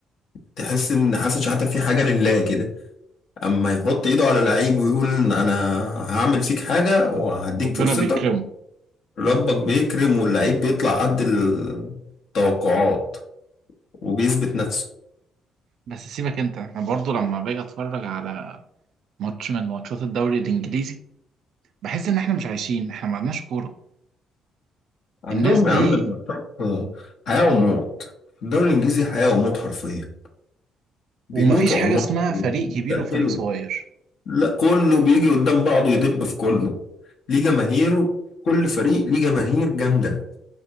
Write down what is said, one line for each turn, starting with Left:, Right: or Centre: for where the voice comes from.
Left: تحس ان حسن شحاتة في حاجه لله كده اما يحط ايده على لعيب ويقول انا هعمل فيك حاجة وهديك
Right: ربنا
Left: فرصتك
Right: بيكرمه
Left: ربك بيكرم واللعيب بيطلع قد التوقعات وبيثبت نفسه
Right: بس سيبك انت احنا برضو لما باجي اتفرج على ماتش من ماتشات الدوري الانجليزي بحس ان احنا مش عايشين احنا ما عندناش كوره
Left: عندهم
Right: الناس دي
Left: يا عم الماتشات حياة وموت في الدوري الانجليزي حياة وموت حرفيا بيموتوا
Right: ومفيش حاجه
Left: على الماتش
Right: اسمها
Left: بيتقتلوا
Right: فريق كبير وفريق صغير
Left: لا كله بيجي قدام بعضه يدب في كله ليه جماهيره كل فريق ليه جماهير جامدة